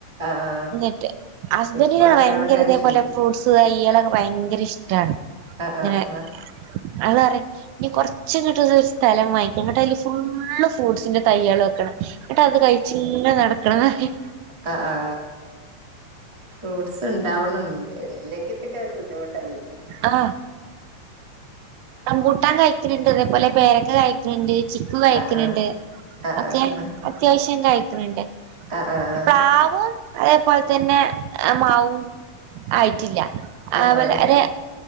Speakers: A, on the right; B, on the right.
A: ആഹ് ആഹ്
B: ഇന്നിട്ട് ഹസ്ബന്റിന്
A: ഇപ്പൊ നല്ലോണം
B: വയങ്കര
A: കഴിച്ചീന്
B: ഇതേപോലെ ഫ്രൂട്സ് ത്ത് തൈയ്യെളൊക്കെ ഭയങ്കര ഇഷ്ടാണ്
A: ആഹ്
B: ഇങ്ങനെ
A: ആഹ്
B: ആള് പറയും ഇനി കൊറച്ചു കിട്ടുന്ന ഒരു സ്ഥലം വാങ്ങിക്ക ഇന്നട്ടയില് ഫുള്ള് ഫ്രൂട്ട്സിന്റെ തൈയ്യാള് വെക്കണം ഇന്നട്ട് അത് കഴിച്ച് ഇങ്ങനെ നടക്കണം പറയും
A: ആ ആ ഫ്രൂട്ട്സ് ഇണ്ടാവണം ഇല്ലെങ്കി പിന്നെ അത് ഒരു ബുദ്ധിമുട്ടാണ്
B: ആഹ് റംമ്പൂട്ടാൻ കായിക്കണുണ്ട് അതേപോലെ പേരക്ക കായിക്കണുണ്ട് ചി ക്കു കായിക്കണുണ്ട്
A: ആഹ് ആഹ്
B: ഒക്കെ
A: ആഹ്
B: അത്യാവശ്യം കായിക്കണുണ്ട്
A: ആഹ് ആഹ്
B: പ്ലാവും അയേപോലെ തന്നെ മാവും ആയിട്ടില്ല
A: ആഹ്
B: ആവലാരെ
A: ആഹ്